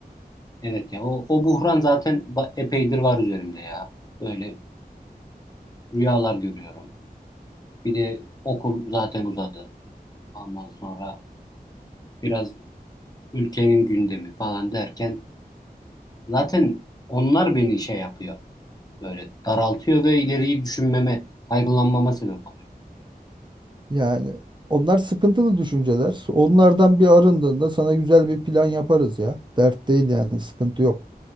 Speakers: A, on the left; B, on the right.
A: Evet ya o, o buhran zaten ba- epeydir var üzerimde ya. Böyle rüyalar görüyorum. Bir de okul zaten uzadı. Ondan sonra biraz ülkenin gündemi falan derken zaten onlar beni şey yapıyor. Böyle daraltıyor ve ileriyi düşünmeme, kaygılanmama sebep oluyor.
B: Yani onlar sıkıntılı düşünceler. Onlardan bir arındığında sana güzel bir plan yaparız ya. Dert değil yani sıkıntı yok.